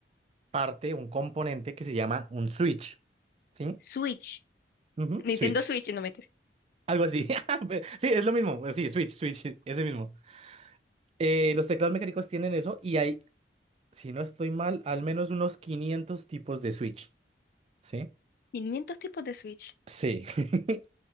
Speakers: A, on the right (about 35°); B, on the left (about 55°).
A: parte, un componente que se llama un switch, ¿sí?
B: Switch,
A: Ujú,
B: Nintendo
A: switch.
B: Switch, no meter.
A: Algo así. <laughs> Ve- Sí, es lo mismo. eh, Sí, switch, switch, <laughs> sí, ese mismo. Eh, los teclados mecánicos tienen eso y hay, si no estoy mal, al menos unos 500 tipos de switch, ¿sí?
B: 500 tipos de Switch.
A: Sí. <laughs>